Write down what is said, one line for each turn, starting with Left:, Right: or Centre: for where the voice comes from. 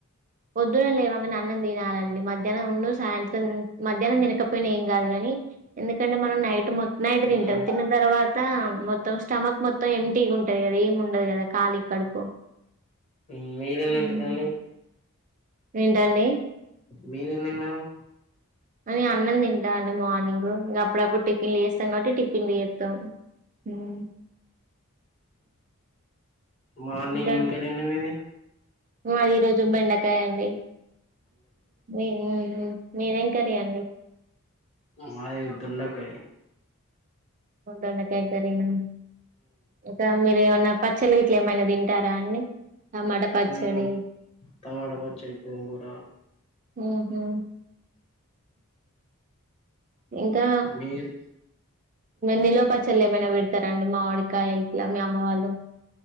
Right: పోద్దున లేవగనే అన్నం తినాలండి మధ్యాహ్నం ఉన్ను సాయంత్రం మధ్యాహ్నం తినకపోయినా ఏం కాదుగాని ఎందుకంటే మనం నైట్ మ నైట్ తింటాం
Left: మ్మ్
Right: తిన్న తర్వాత మొత్తం స్టమక్ మొత్తం ఎటీ ఉం టది కదా ఏం ఉండదు కదా కాళి కడుపు
Left: మ్ మీరేం
Right: హ్మ్.
Left: తింటరండి
Right: ఏంటండి
Left: మీరెం తిన్నారు
Right: అ నీను అన్నం తింటా అండి మార్నింగ్ ఇగ అప్పుడప్పుడు టిఫిన్లు చేస్తాం కాబట్టి టిఫిన్లుచేస్తాం మ్
Left: మార్నింగ్
Right: ఇంకా
Left: ఎం కర్రీ అండి మీది
Right: మాది ఈ రోజు బెండకాయ అండి మీద్ మ్ మ్ మీదెం కర్రీ అండి
Left: మాది దొండకాయ్
Right: దొండకాయ్ కర్రీనా ఇంక మీరు ఏమన్నా పచ్చళ్ళు గిట్ల ఏమైనా తింటారా అండి టమాట పచ్చడి
Left: ఉమ్ టమాట పచ్చడి గోంగూర
Right: ఉహు ఇంకా
Left: మీరు
Right: నిల్వ పచ్చళ్ళు ఏమైనా పెడ్ త్తరండి మామిడికాయ గిట్ల మీ అమ్మ వాళ్ళు